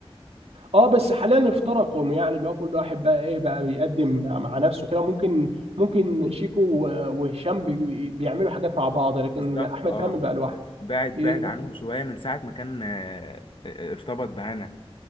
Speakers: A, on the right; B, on the left.
A: اه بس حاليا افترقوا يعني اللي هو كل واحد بقى ايه بقى بيقدم مع نفسه كده ممكن ممكن شيكو و- وهشام بي- بيعملوا حاجات مع بعض لكن
B: بالظبط
A: احمد
B: اه
A: فهمي بقى لوحده
B: بعد
A: إيه،
B: بعد عنهم شويه من ساعه ما كان آه، آه، آه، ارتبط بهنا